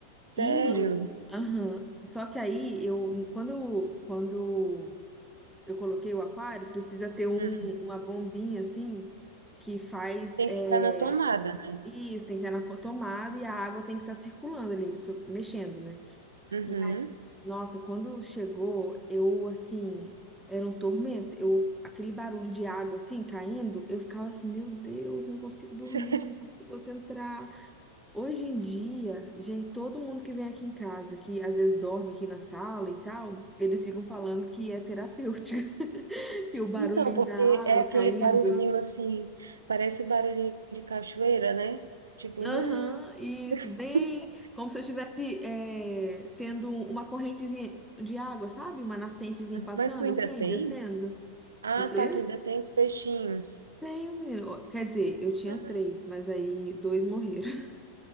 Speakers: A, on the right; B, in the centre.
A: Sério?
B: E, aham, só que aí, eu, quando, eu- quando eu coloquei o aquário, precisa ter um,
A: Hum.
B: uma bombinha, assim, que faz,
A: Tem
B: é,
A: que estar na tomada, né?
B: isso, tem que estar na tomada e a água tem que estar circulando ali, mexo- mexendo, né?
A: Uhum.
B: E, nossa, quando chegou, eu, assim, era um tormento. Eu, aquele barulho de água, assim, caindo, eu ficava assim, meu Deus, eu não consigo dormir,
A: <laughs>
B: não consigo concentrar. Hoje em dia, gente, todo mundo que vem aqui em casa, que às vezes dorme aqui na sala e tal, eles ficam falando que é terapêutico, <laughs> que o barulhinho
A: Então, porque
B: da água
A: é aquele
B: caindo.
A: barulhinho assim, parece barulhinho de cachoeira, né? Tipo,
B: Aham,
A: não.
B: isso,
A: <laughs>
B: bem como se eu estivesse é, tendo uma correntezinha de água, sabe? Uma nascentezinha passando,
A: Mas tu ainda
B: assim,
A: tem?
B: descendo.
A: Ah,
B: O quê?
A: tá, tu ainda tem os peixinhos.
B: Tenho, menino. Quer dizer, eu tinha
A: Ah,
B: três, mas aí dois morreram. <laughs>